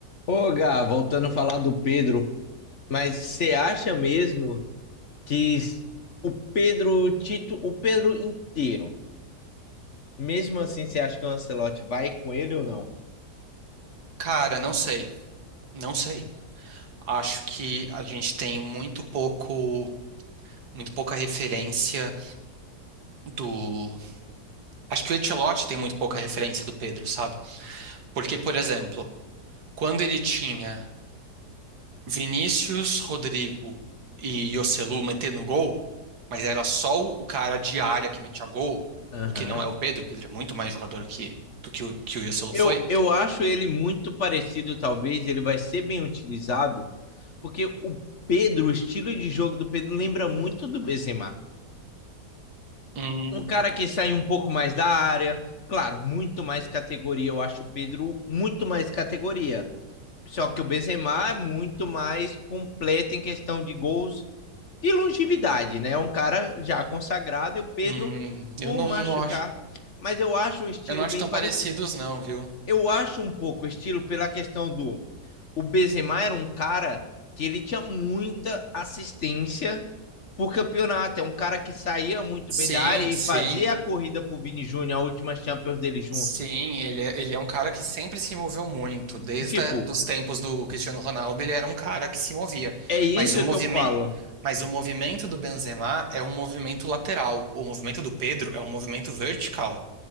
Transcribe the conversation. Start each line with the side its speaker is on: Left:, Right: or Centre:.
Left: Ô, Gá, voltando a falar do Pedro, mas você acha mesmo que s- o Pedro Tito, o Pedro inteiro, mesmo assim, você acha que o Ancelotti vai com ele ou não?
Right: Cara, não sei, não sei. Acho que a gente tem muito pouco, muito pouca referência do. Acho que o Ancelotti tem muito pouca referência do Pedro, sabe? Porque, por exemplo, quando ele tinha Vinícius, Rodrigo e Joselu metendo gol, mas era só o cara de área que metia gol,
Left: Aham.
Right: o que não é o Pedro, o Pedro é muito mais jogador que, do que o, que o Joselu
Left: Eu,
Right: foi.
Left: eu acho ele muito parecido, talvez ele vai ser bem utilizado, porque o Pedro, o estilo de jogo do Pedro lembra muito do Benzema.
Right: Hum,
Left: Um cara que sai um pouco mais da área, claro, muito mais categoria. Eu acho o Pedro muito mais categoria. Só que o Benzema é muito mais completo em questão de gols e longevidade, né? É um cara já consagrado e o Pedro
Right: hum, eu
Left: por
Right: não,
Left: machucar.
Right: não acho,
Left: Mas eu acho um estilo
Right: eu não acho
Left: bem
Right: tão
Left: parecido.
Right: parecidos, não, viu?
Left: Eu acho um pouco o estilo pela questão do. O Benzema era um cara que ele tinha muita assistência por campeonato. É um cara que saía muito
Right: Sim,
Left: bem da área e
Right: sim,
Left: fazia a corrida pro Vini Júnior, a última Champions dele juntos.
Right: sim. Ele é, ele é um cara que sempre se moveu muito. Desde
Left: Tipo,
Right: a- dos tempos do Cristiano Ronaldo, ele era um cara que se movia.
Left: é isso
Right: Mas o movimento,
Left: que eu falo.
Right: mas o movimento do Benzema é um movimento lateral. O movimento do Pedro é um movimento vertical.